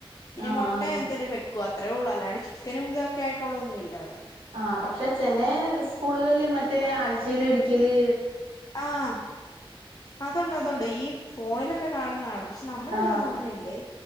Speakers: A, on the left; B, on the right.
A: പിന്നെ
B: ആഹ്
A: മുട്ടയോ
B: ആഹ്
A: എന്തേലും വെക്കും അ ത്രേ ഉള്ളൂ അല്ലണ്ട് ചിക്കനും ഇതൊക്കെ ആയിട്ടുള്ള തൊന്നും ഇല്ല അവിടെ
B: ആഹ് പക്ഷെ ചെലേ സ്കൂളുകളിൽ മറ്റേ <unintelligible> ഴ്ച്ചയിൽ ഒരിക്കല്
A: ആഹ് അതുണ്ട് അതുണ്ട് ഈ ഫോണിലൊക്കെ കാണുന്ന കാണാം പക്ഷെ നമ്മുടെ
B: ആഹ്
A: ഇവിടൊന്നും അങ്ങനെ ഇല്ലേ